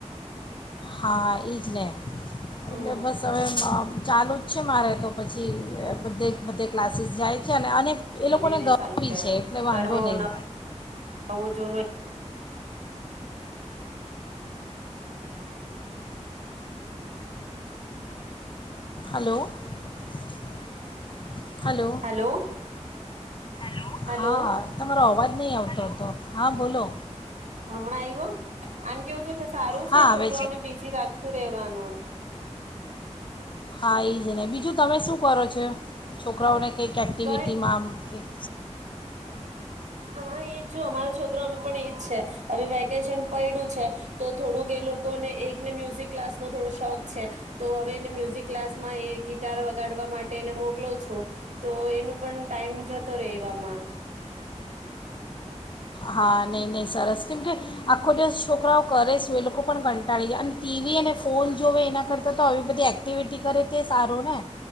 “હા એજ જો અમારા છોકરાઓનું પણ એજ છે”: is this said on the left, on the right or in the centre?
Right